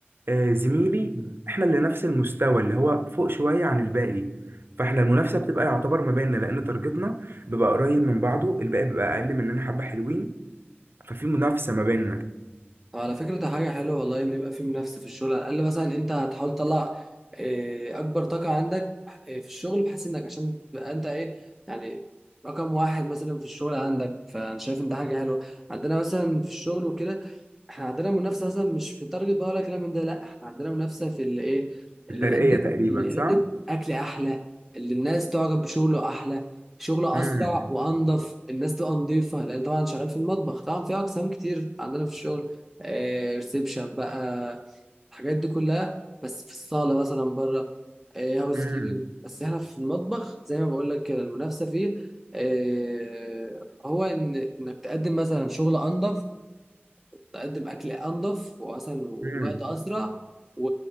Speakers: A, on the right; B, in the centre.
A: آه، زميلي احنا اللي نفس المستوى اللي هو فوق شوية عن الباقي فاحنا المنافسة بتبقى يعتبر ما بيننا لأن تارجتنا بيبقى قريب من بعضه الباقي بيبقى أقل مننا حبة حلوين ففي منافسة ما بيننا
B: على فكرة ده حاجة حلوة والله إن يبقى في منافسة في الشغل على الأقل مثلا أنت هتحاول تطلع إيه، أكبر طاقة عندك إيه، في الشغل بحيث إنك عشان تبقى أنت إيه يعني رقم واحد مثلا في الشغل عندك فأنا شايف إن ده حاجة حلوة عندنا مثلا في الشغل وكده إحنا عندنا منافسة مثلا مش في تارجت بقى ولا كلام من ده لأ إحنا عندنا منافسة في اللي إيه
A: الترقية
B: اللي يقدم
A: تقريبا
B: اللي يقدم
A: صح؟
B: أكل أحلى اللي الناس تعجب بشغله أحلى شغله
A: امم
B: أسرع وأنظف الناس تبقى نظيفة لأن طبعا شغال في المطبخ طبعا في أقسام كتير عندنا في الشغل ريسبشن بقى الحاجات دي كلها بس في الصالة مثلا بره هاوس
A: امم
B: كيبنج بس احنا في المطبخ زي ما بقول لك كده المنافسة فيه آه، هو ان انك تقدم مثلا شغل انظف تقدم اكل انظف ومثلا والوقت
A: امم.
B: اسرع و...